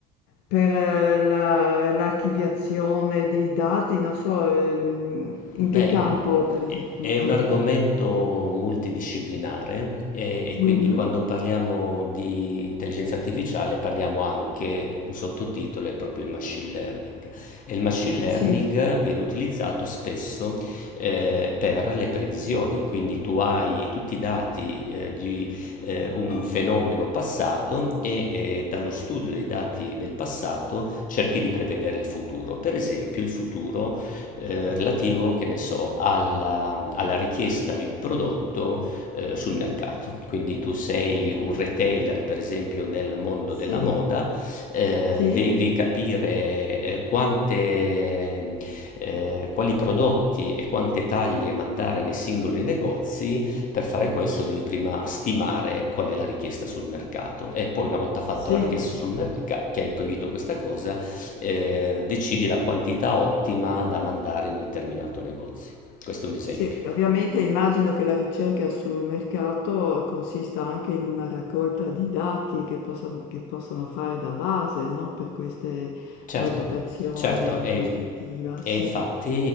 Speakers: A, on the left (about 75°); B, on the left (about 45°).
A: per eh, la l'archiviazione dei dati, non so, ehm,
B: Beh,
A: in che campo per ese
B: è
A: un
B: è
A: esempio.
B: un argomento multidisciplinare e, e quindi
A: Mh-mh.
B: quando parliamo di intelligenza artificiale parliamo anche, un sottotitolo è proprio il machine learning. E il machine learning
A: Sì.
B: viene utilizzato spesso eh, per le previsioni, quindi tu hai tutti i dati eh, di eh, un fenomeno passato e eh, dallo studio dei dati del passato cerchi di prevedere il futuro. Per esempio, il futuro
A: S
B: eh, relativo, che ne so, alla, alla richiesta di un prodotto eh, sul mercato. Quindi tu sei un retailer, per esempio, nel mondo
A: sì,
B: della moda, eh,
A: sì,
B: devi capire eh, quante, eh, quali prodotti e quante taglie mandare nei singoli negozi. Per fare questo devi prima stimare qual è la richiesta sul mercato e poi una volta fatta
A: sì.
B: la richiesta sul mercato, che hai proibito questa cosa, eh, decidi la quantità ottima da mandare in un determinato negozio. Questo è un esempio.
A: Sì, ovviamente immagino che la ricerca sul mercato consista anche in una raccolta di dati che possan- che possono fare da base, no, Per queste
B: Certo,
A: valutazioni
B: certo,
A: in
B: e,
A: prospettiva.
B: e
A: Sì,
B: infatti